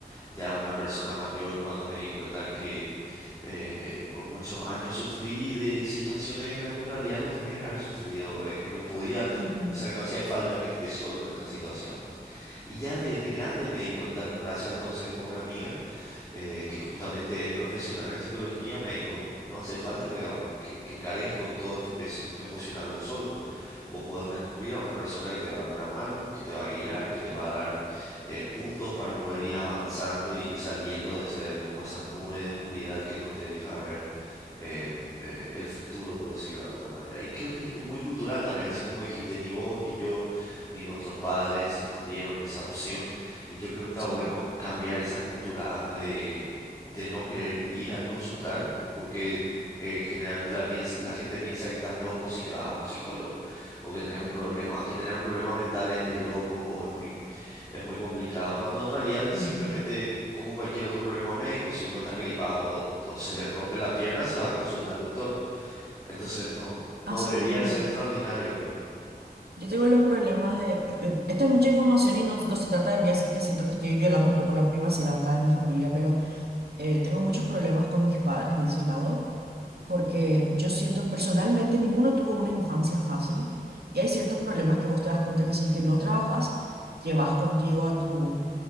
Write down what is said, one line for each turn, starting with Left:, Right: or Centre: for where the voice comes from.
Left: ya una persona mayor, cuando me di cuenta que eh, por muchos años sufrí de situaciones en las que en realidad no tenía que haber sufrido, eh, que no podía, te-
Right: Ujú,
Left: o sea, que no hacía falta que esté solo en esas situaciones. Y ya de, de grande me di cuenta, gracias al consejo de una amiga eh, que justamente es profesional en psicología, me dijo, no hace falta que, hago- que que cargues con todo este peso emocional vos solo. Vos podés recurrir a una persona que te va a dar una mano, que te va a guiar, que te va a dar eh, puntos para poder ir avanzando y ir saliendo de ese, como esa nube de oscuridad que no te deja ver eh, eh, el futuro, por decirlo de alguna manera. Y creo que es muy cultural también, así como dijiste, ni vos, ni yo, ni nuestros padres nos dieron esa opción. Y yo creo que está
Right: sí.
Left: bueno cambiar esa cultura de, de no querer ir a consultar, porque eh, generalmente la, piens- la gente piensa que estás loco si te vas a un psicólogo o que tenés un problema, que tener un problema mental es de locos o es muy, es muy complicado, cuando en realidad es
Right: Ujú.
Left: simplemente como cualquier otro problema médico, si uno está gripado o, o se le rompe la pierna, se va a consultar al doctor. Entonces, no,
Right: Así
Left: no debería
Right: mismo,
Left: ser extraordinario, ¿verdad?
Right: yo tengo los problemas de... eh, Esta es mucha información y no, no se trata de mí, así que siento que estoy violando un poco la privacidad acá de mi familia, pero eh, tengo muchos problemas con mis padres de ese lado.
Left: Ujú,
Right: porque yo siento personalmente ninguno tuvo una infancia fácil y hay ciertos
Left: claro.
Right: problemas que vos te das cuenta que si es que no trabajas, llevas contigo a tu,